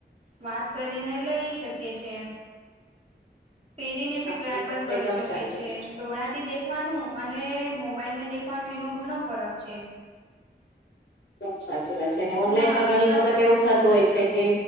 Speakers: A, on the right; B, on the left.
A: વાત કરીને લઈ શકે છે. પેરીને બી
B: હા
A: ટ્રાય
B: એ
A: પણ
B: વાત
A: કરી
B: એકદમ
A: શકે
B: સાચી
A: છે. ડોળા થી દેખવાનું અને મોબાઈલમે દેખવાનું એનું ઘણો ફરક છે.
B: એક દમ સાચી વાત છે, અને ઓનલાઈનમાં
A: હા વિશ્વાસ
B: ઘણી વખત એવું થતું હોય છે કે